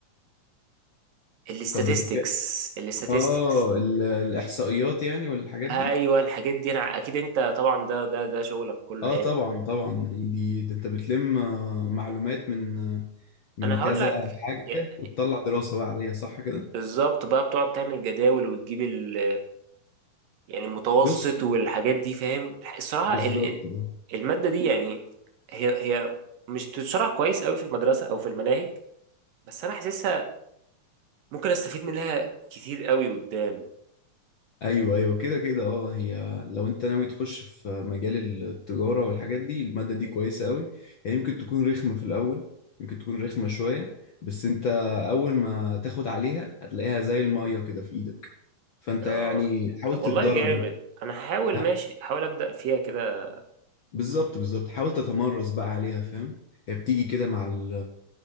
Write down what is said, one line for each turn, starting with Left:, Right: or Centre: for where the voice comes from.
Right: الاستاتستكس
Left: طب بتتكلم
Right: الاستاتستكس
Left: اه ال... الاحصائيات يعني والحاجات دي
Right: ايوه الحاجات دي انا اكيد انت طبعا ده ده ده شغلك كله
Left: اه
Right: يعني
Left: طبعا طبعا دي ده انت بتلم آه، معلومات من آه، من
Right: انا
Left: كذا
Right: هقول لك
Left: حاجة
Right: يعني
Left: وتطلع دراسة بقى عليها صح كده
Right: بالظبط بقى بتقعد تعمل جداول وتجيب ال يعني المتوسط
Left: بص
Right: والحاجات دي فاهم الصراحه
Left: بالظبط
Right: ال- ال-
Left: آه.
Right: الماده دي يعني هي هي مش بتتشرح كويس قوي في المدرسه او في المناهج بس انا حاسسها ممكن استفيد منها كتير قوي قدام
Left: ايوه ايوه كده كده اه هي لو انت ناوي تخش في مجال التجارة والحاجات دي المادة دي كويسة قوي هي يمكن تكون رخمة في الاول يمكن تكون رخمة شوية بس انت اول ما تاخد عليها هتلاقيها زي المية كده في ايدك فانت
Right: اه
Left: يعني حاول
Right: طب
Left: تتدرب
Right: والله جامد
Left: انت
Right: انا هحاول
Left: ها،
Right: ماشي هحاول ابدا فيها كده
Left: بالظبط بالظبط حاول تتمرس بقى عليها فاهم هي بتيجي كده مع ال